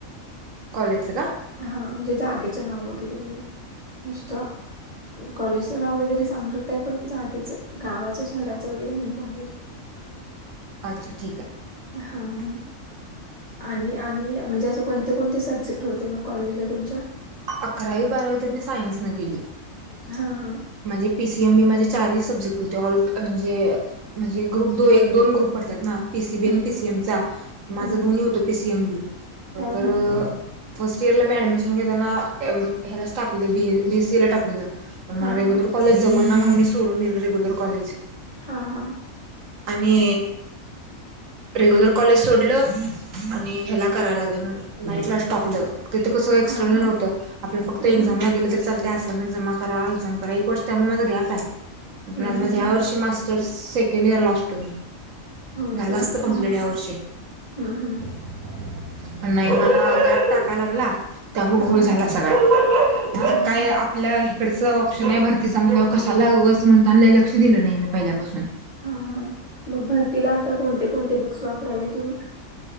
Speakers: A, on the right (about 70°); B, on the left (about 35°).
A: प्लेसचं का?
B: हा म्हणजे जागेचं नाव वगैरे नाही. नुसतं कॉलेजचं नाव वगैरे सांगू शकताय पण जागेच गावाचं शहराचं वगैरे नाही सांगायचं.
A: अच्छा ठीक आहे.
B: हा हा. आणि -आणि म्हणजे असं कोणते- कोणते सब्जेक्ट होते मग कॉलेजला तुमच्या?
A: अकरावी, बारावी तर मी सायन्स न केली.
B: हां हां.
A: म्हणजे पी सी एम बी मध्ये चारही सब्जेक्ट होते ऑल म्हणजे म्हणजे ग्रुप दो एक दोन ग्रुप पडतात ना? पी सी बी
B: हं,
A: आणि पी
B: हं.
A: सी एम चा. माझं
B: हं,
A: दोन्ही
B: हं.
A: होत पी सी एम बी.
B: हां,
A: तर
B: हां.
A: फर्स्ट इयरला मी ऍडमिशन घेताना ह्यालाच टाकले बी बी सी ए ला टाकलेलं. मला
B: हां,
A: रेग्युलर
B: हां.
A: कॉलेज जम ना मग मी सोडून दिल रेग्युलर कॉलेज.
B: हां हां.
A: आणि रेग्यूलर कॉलेज सोडलं, आणि ह्याला करायला लागले मग नाईट लाच टाकलं. तिथं कसं एक्सटर्नल
B: हां, हां.
A: होत. आपलं फक्त
B: हं,
A: एक्झमला
B: हं.
A: गेलं तरी चालत. त्या असायमेंट जमा करा एक वर्ष त्यामुळे माझा गॅप आहे.
B: हं,
A: मेन म्हणजे
B: हं,
A: ह्या
B: हं.
A: वर्षी मास् स्टर सेकंड इयरला असतो मी.
B: होय
A: झाल
B: का?
A: आसत कंप्लेंट
B: हां, हां.
A: या वर्षी.
B: हं, हं.
A: पण नाही मला गॅप टाकाय लागला त्यामुळे
B: हं,
A: घोळ झाला
B: हं.
A: सगळा. म आता
B: हं,
A: काय
B: हं.
A: आपल्या कडच लक्ष नाही भरतीचां म्हणाल्यावर कशाला ऊगाच म्हणतान. लय लक्ष दिलं नाही मी पहिल्यापासून.
B: हा हा, मग भरतीला आता कोणते कोणते बुक्स वापरालाय तुम्ही?